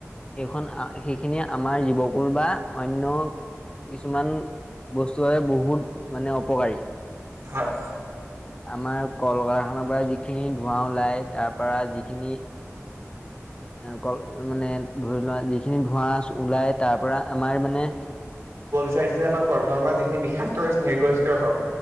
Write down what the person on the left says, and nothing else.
সেইখন সেইখিনিয়ে আমাৰ জীৱকুল বা অন্য কিছুমান বস্তুৱে বহুত মানে অপকাৰী।
আমাৰ কলকাৰখানাৰ পৰা যিখিনি ধোঁৱা ওলাই, তাৰ পৰা যিখিনি এ ক মানে ধৰি লোৱা যিখিনি ধোঁৱা ওলাই তাৰ পৰা আমাৰ মানে